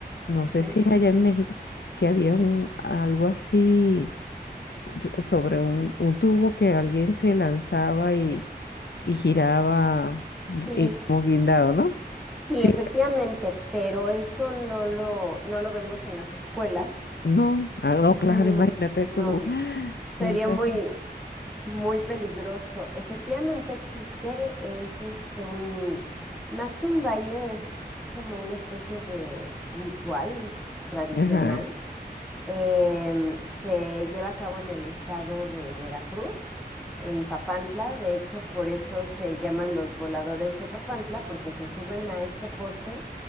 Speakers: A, on the left (about 90°); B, in the centre.
A: no
B: Ujú.
A: sé si es allá en México, que había un, algo así s- t- sobre un, un tubo que alguien se lanzaba y, y giraba gui-
B: Sí,
A: eh, como guindado, ¿no?
B: sí,
A: Sí,
B: efectivamente, pero eso no lo, no lo vemos en las escuelas.
A: no, ah, no, claro,
B: No,
A: imagínate
B: no.
A: tú,
B: Sería
A: muchacha.
B: muy, Muy peligroso. Efectivamente existe, es este un, más que un baile, es como una especie de ritual tradicional
A: Ajá.
B: Em, se lleva a cabo en el estado de Veracruz, en Papantla. De hecho, por eso se llaman los voladores de Papantla, porque se suben a este poste